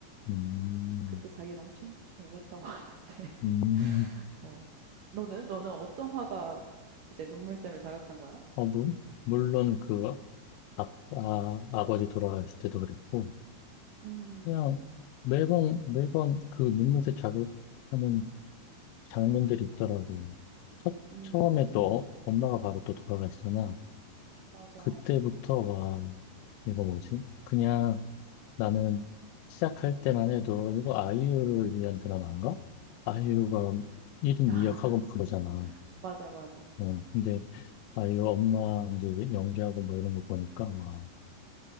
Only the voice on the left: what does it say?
음,
음.
어, 물, 물론 그 아빠, 아버지 돌아가셨을 때도 그랬고,
그냥
매번, 매번 그 눈물을 자극하는 장면들이 있더라고. 첫,
처음에 또 어, 엄마가 바로 또 돌아가시잖아.
그때부터, 와, 이거 뭐지? 그냥 나는
시작할 때만 해도 이거 아이유를 위한 드라마인가? 아이유가 1인
2역하고
막 그러잖아.
어, 근데 아이유 엄마 이제 연기하고 뭐 이런 거 보니까 와,